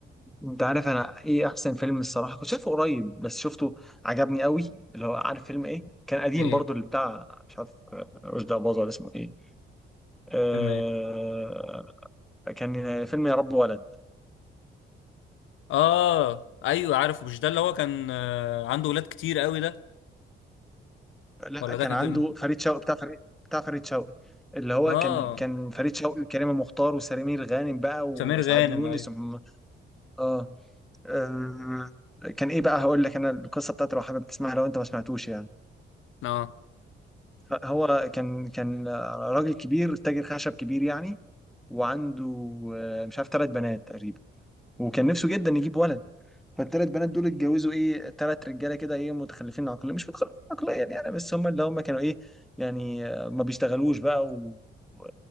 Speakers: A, in the centre; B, on the left.
A: انت عارف انا ايه احسن فيلم الصراحه كنت شايفه قريب بس شفته عجبني قوي اللي هو عارف فيلم ايه كان قديم
B: ايه
A: برضو اللي بتاع مش عارف آه، رشدي اباظه ولا اسمه ايه آه
B: فيلم ايه
A: كان فيلم يا رب ولد
B: اه ايوه عارفه مش ده اللي هو كان آه، عنده ولاد كتير قوي ده
A: لا
B: ولا
A: كان
B: ده كان
A: عنده
B: فيلم
A: فريد شوقي بتاع فريد بتاع فريد شوقي اللي هو
B: اه
A: كان كان فريد شوقي وكريمه مختار وسمير غانم بقى واسعاد
B: سمير غانم
A: يونس
B: ايوه
A: ومحمد- اه آه، كان ايه بقى هقول لك انا القصه بتاعته لو حابب تسمعها لو انت ما سمعتوش يعني
B: اه
A: فهو كان كان راجل كبير تاجر خشب كبير يعني وعنده آه، مش عارف ثلاث بنات تقريبا وكان نفسه جدا يجيب ولد فالثلاث بنات دول اتجوزوا ايه ثلاث رجاله كده ايه متخلفين عقليا مش متخلفين عقليا يعني بس هم اللي هم كانوا ايه يعني آه، ما بيشتغلوش بقى و و-